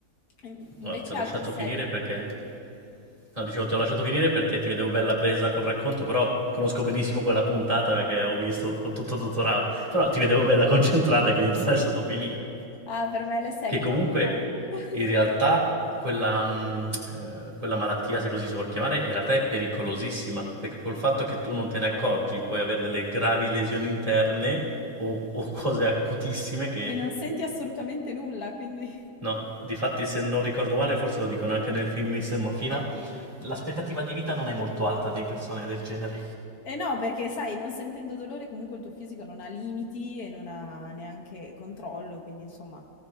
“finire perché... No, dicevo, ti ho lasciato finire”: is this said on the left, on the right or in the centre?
Right